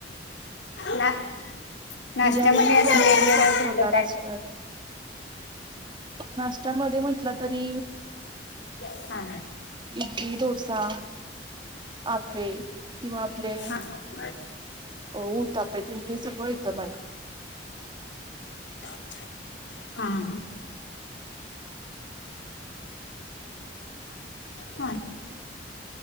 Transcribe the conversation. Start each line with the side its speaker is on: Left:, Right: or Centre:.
Left: ना नाशत्यामध्ये
Right: बिर्याणीतले
Left: असे
Right: कोणते
Left: वेगवेगळळे्या
Right: पण प
Left: कुटल
Right: प्रकार
Left: काय
Right: असू द्यात. नाश्त्यामध्ये म्हटलं तरी
Left: हा.
Right: इडली, डोसा, आपे किंवा आपले
Left: हा
Right: हो उत्तप्पा तीन हे सगळं येतं मला.
Left: <inaudible> हा ह. हा